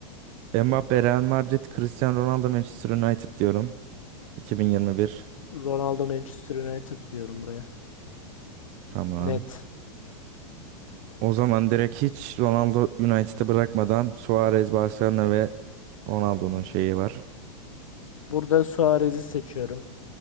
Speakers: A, on the right; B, on the left.
A: Mbappe Real Madrid, Cristiano Ronaldo Manchester United diyorum. 2021.
B: Ronaldo Manchester United diyorum buraya.
A: Tamam.
B: Net.
A: O zaman direkt hiç Ronaldo United'ı bırakmadan Suarez, Barcelona ve Ronaldo'nun şeyi var.
B: Burada Suarez'i seçiyorum.